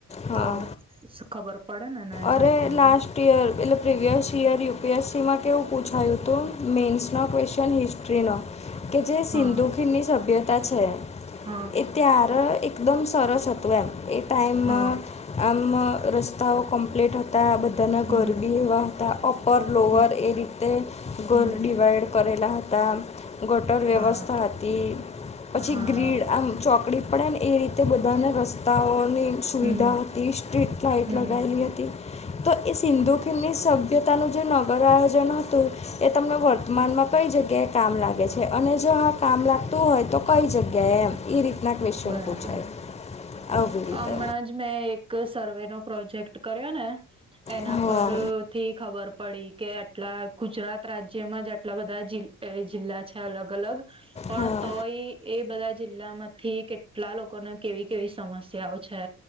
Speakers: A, on the left (about 20°); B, on the right (about 20°).
A: હા
B: તો ખબર પડેને,
A: અરે
B: જલ્દી
A: લાસ્ટ
B: એમ.
A: એટલે previous year U. P. S. C માં કેવું પૂછાયું હતું, મેન્સો ક્વેશ્ચન હિસ્ટ કે જે
B: હા
A: સિંધુકીની સભ્યતા છે.
B: હા.
A: એ ત્યારે એકદમ સરસ હતું, એમ એ ટાઈમ
B: હા
A: આમ રસ્તાઓ કમ્પ્લીટ હતા, બધાના
B: હમ
A: ઘર બી એવા હતા, અપ અપર લોવર
B: હમ
A: એ રીતે
B: હમ
A: ઘર ડિવાઈડ કરેલા હતા. ગટર
B: હા
A: વ્યવસ્થા હતી. પછી
B: હા
A: ગ્રીડ આમ ચોકડી પડે ને, એ રીતે બધાને રસ્તાઓની સુવિધા
B: હમ
A: હતી, સ્ટ્રીટ લાઇટ
B: હમ
A: લગાયેલી હતી. તો એ સિંધુ સભ્યતાનું જે નગર આયોજન હતું. એ તમને વર્તમાનમાં કઈ જગ્યાએ કામ લાગે છે, અને જો આા કામ લાગતું હોય તો, કઈ જગ્યાએ એમ? એ રીતના ક્વેશ્ચન
B: બરાબર
A: પૂછાય આવી
B: હમણાં
A: રીતે.
B: જ મેં એક સર્વે નો પ્રોજેક્ટ કર્યો ને, એના
A: હા
B: પર. થી ખબર પડી કે, આટલા ગુજરાત રાજ્યમાં જ આટલા બધા જિલ્લા જિલ્લા છે, અલગ-અલગ પણ
A: હા
B: તોય એ બધા જિલ્લામાંથી કેટલા લોકોને કેવી કેવી સમસ્યાઓ છે?